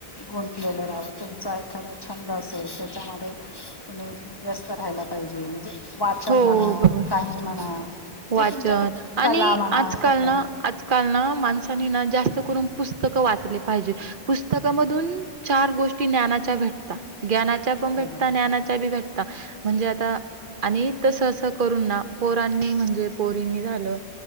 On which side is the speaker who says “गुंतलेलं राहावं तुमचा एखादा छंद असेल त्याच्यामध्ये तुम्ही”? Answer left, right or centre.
Left